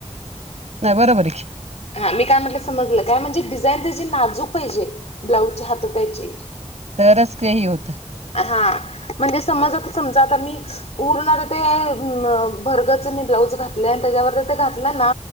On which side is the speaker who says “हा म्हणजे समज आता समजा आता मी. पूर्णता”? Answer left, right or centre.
Left